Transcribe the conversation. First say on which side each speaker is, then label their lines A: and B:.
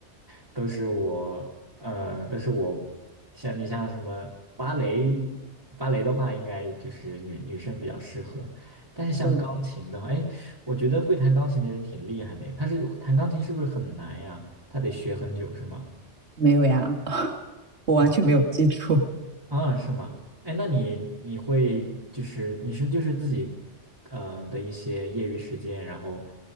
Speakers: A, on the right (about 20°); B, on the right (about 70°).
A: <laughs> 都是我，呃，都是我，像你像什么芭蕾，芭蕾的话应该就是女女生比较适合，但是像钢琴的话，
B: 嗯，
A: 哎，我觉得会弹钢琴的人挺厉害的，他是弹钢琴是不是很难呀？他得学很久是吗？
B: 没有呀，<laughs> 我完全没有记住。
A: 啊？啊，是吗？哎，那你你会就是你是就是自己嗯、呃的一些业余时间，然后